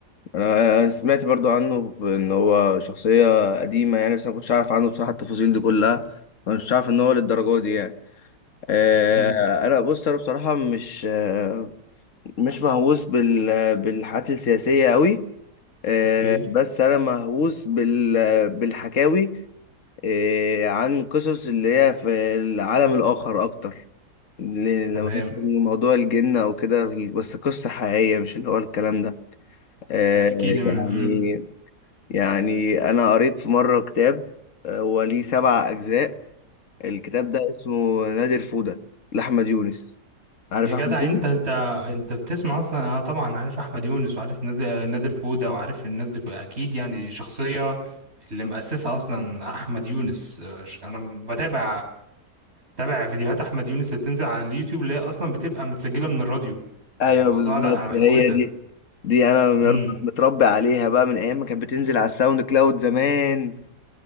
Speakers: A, on the left (about 50°); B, on the right (about 40°).
A: انا أنا سمعت برضو عنه في- ان هو شخصية قديمة يعني بس انا كنتش عارف عنه بصراحة التفاصيل دي كلها ما كنتش عارف ان هو للدرجة دي يعني آه
B: امم
A: انا بص انا بصراحة مش آه مش مهووس بال بالحاجات السياسية قوي آه
B: اوكي
A: بس انا مهووس بال بالحكاوي آه عن قصص اللي هي في العالم الاخر اكتر ل-
B: تمام
A: لو ناخد موضوع الجن او كده بس قصة حقيقية مش اللي هو الكلام ده آه
B: احكي لي منها
A: يعني
B: امم
A: يعني انا قريت في مرة كتاب آه، هو ليه سبع اجزاء الكتاب ده اسمه نادر فودة لاحمد يونس عارف
B: يا
A: احمد
B: جدع انت
A: يونس
B: انت انت بتسمع اصلا انا طبعا عارف احمد يونس وعارف نادر نادر فودة وعارف الناس دي كل- اكيد يعني شخصية اللي مؤسسها اصلا احمد يونس اه، ش- انا بتابع بتابع فيديوهات احمد يونس اللي بتنزل على اليوتيوب اللي هي اصلا بتبقى متسجلة من الراديو
A: ايوه
B: يعني الموضوع
A: بالظبط
B: لا انا بحبه
A: هي
B: جدا
A: دي دي انا برضه
B: امم
A: متربي عليها بقى من ايام ما كانت بتنزل على الساوند كلاود زمان